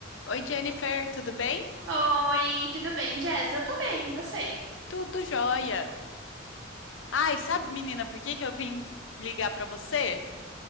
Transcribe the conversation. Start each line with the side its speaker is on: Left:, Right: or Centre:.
Left: Oi, Jennifer, tudo bem?
Right: Oi, tudo bem, Jess? Eu tô bem, e você?
Left: Tudo jóia. Ai, sabe, menina, por que que eu vim ligar pra você?